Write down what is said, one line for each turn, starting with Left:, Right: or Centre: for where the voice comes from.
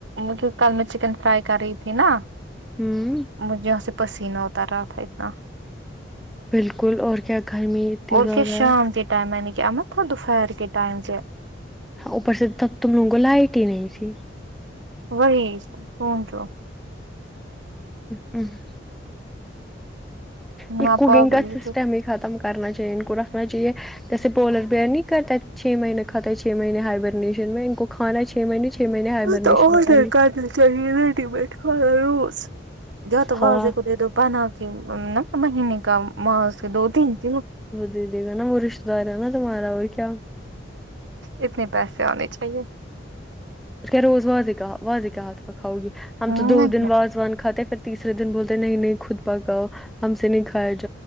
Right: مطلب کل میں چکن فرائی کر رہی تھی نا
Centre: ہوں
Right: مجھے یہاں سے پسینہ ا تر رہا اتنا تھا
Centre: بالکل اور کیا گرمی اتنی
Right: اور
Centre: زیادہ
Right: کیا شام
Centre: ہے
Right: کے ٹائم یعنی کہ امر تھا دوپہر کے ٹائم سے
Centre: اوپر سے ت تم لوگوں کو لائٹ ہی نہیں تھی
Right: وہی کون توو
Centre: ہ <inaudible> یہ
Right: نہ
Centre: کولنگ
Right: پاگل
Centre: کا سسٹم ہی ختم کرنا چاہیے ان کو رکھنا چاہیے جیے پولر بیئر نہیں کرتا چھ مہینے کھاتے ہے چھ مہنے ہائبرنیشن میں ان کو کھانا چھ مہینے چھ مہینے ہائبرنیشن
Right: تو آڈر
Centre: کر لی
Right: کرنا چاہیے ریڈی بییٹھ خھا روز ج تو
Centre: ہاں
Right: وازے کو دے دو پنا کی ن مہینے کا ماہ سے دو تین ت
Centre: د دے گا نا وہ رشتے دار ہے نا تمہارا اور کیا
Right: اتنے پیسے آنے چاہیے
Centre: پھر کیا روز واضح کا واضح کہا تھا کھاؤ گی ہم
Right: نہیں
Centre: تو دو دن بعد ون کھاتے پھر تیسرے دن بولتے نہیں نہیں خود پکاؤ ہم سے نہیں کھایا ج